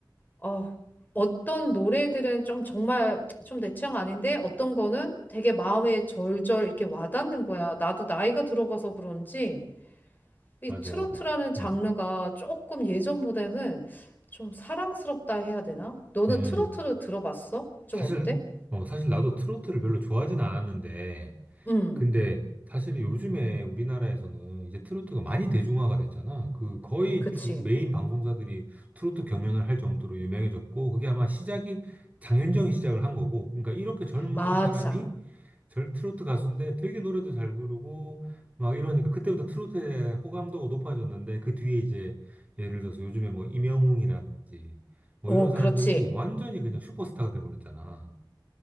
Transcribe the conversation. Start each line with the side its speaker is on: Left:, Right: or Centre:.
Left: 어, 어떤 노래들은 좀 정말 좀 내 취향 아닌데 어떤 거는 되게 마음에 절절 이렇게 와닿는 거야. 나도 나이가 들어가서 그런지 이
Right: 맞아.
Left: 트로트라는 장르가
Right: 음.
Left: 조금 예전보다는 좀 사랑스럽다 해야 되나? 너는
Right: 음.
Left: 트로트를 들어봤어? 좀
Right: 사실
Left: 어때?
Right: 어 사실 나도 트로트를 별로 좋아하진 않았는데
Left: 음,
Right: 근데 사실 요즘에 우리나라에서는 이제 트로트가 많이 대중화가 됐잖아. 그 거의
Left: 그치.
Right: 주 메인 방송사들이 트로트 경연을 할 정도로 유명해졌고 그게 아마 시작이 장윤정이 시작을 한 거고. 그러니까 이렇게 젊은
Left: 맞아.
Right: 사람이 절 트로트 가수인데 되게 노래도 잘 부르고 막 이러니까 그때부터 트로트의 호감도가 높아졌는데 그 뒤에 이제 예를 들어서 요즘에 뭐 임영웅이라든지 뭐
Left: 오,
Right: 이런 사람들이
Left: 그렇지.
Right: 완전히 그냥 슈퍼스타가 돼버렸잖아.